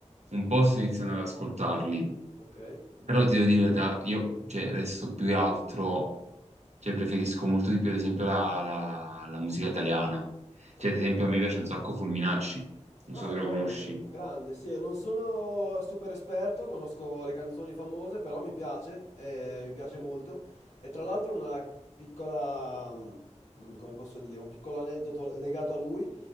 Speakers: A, on the right; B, on the left.
A: un po' sto iniziando ad ascoltarli.
B: Ok,
A: Però ti devo dire, la verità, io cioè, adesso più che altro cioè, preferisco molto di più, ad esempio, la, la- la musica italiana.
B: ok.
A: Cioè, ad esempio, a me piace un sacco Fulminacci, non
B: Ah,
A: so se
B: grande,
A: lo conosci.
B: grande. Sì, non sono super esperto, conosco le canzoni famose, però mi piace, eh, mi piace molto. E tra l'altro una piccola, mm, come posso dire, un piccolo aneddoto legato a lui.